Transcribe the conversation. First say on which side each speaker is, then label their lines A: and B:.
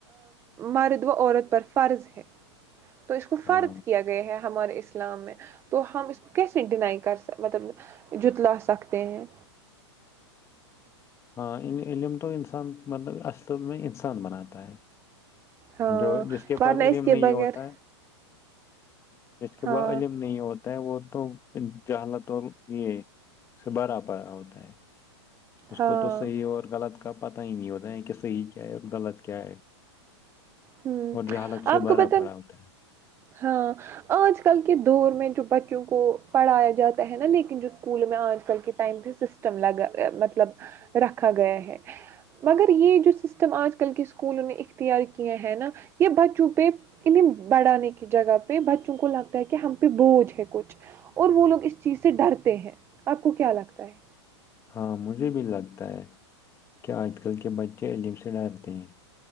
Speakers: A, on the right; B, on the left.
A: مرد و عورت پر فرض ہے تو اس کو فرض
B: ہاں
A: کیا گیا ہے ہمارے اسلام میں تو ہم اس کو کیسے ڈنائی کر س مطلب جتلا سکتے ہیں
B: ہاں علم تو انسان مطلب اسلد میں انسان بناتا ہے
A: ہاں
B: جو جس کے
A: ورنہ
B: پاس علم
A: اس کے
B: نہیں
A: بغیر
B: ہوتا ہے جس کے
A: ہاں
B: پاس علم نہیں ہوتا ہو وہ تو جہالات اور یہ س بھرا پا ہوتا ہے اس
A: ہاں
B: کو تو صحیح
A: ہ
B: اور غلط کا پتا ہی نہیں ہوتا یہ کہ صحیح کیا ہے اور غلط کیا ہے
A: ہوں
B: اور جہالت سے
A: آپ
B: بھرا
A: کو پت
B: پڑا ہوتا ہے
A: ہاں آج کل کے دور میں جو بچوں کو پڑھایا جاتا ہے نا لیکن جو اسکولوں میں آج کل کے ٹائم پہ سسٹم لگا مطلب رکھا گیا ہے مگر یہ جو سسٹم آج کل کے اسکولوں نے اختیار ہیں نا یہ بچوں کے پہ انہیں بڑھانے کی جگہ پہ بچوں کو لگ تاکہ ہم پہ بوھ ہیکوچ اور وہ لوگ اس چیز سے ڈرتے ہیں آپ کو کیا لگتا ہے
B: ہاں مجھے بھی لگتا ہے کہ آج کل کے بچے علم سے ڈرتے ہیں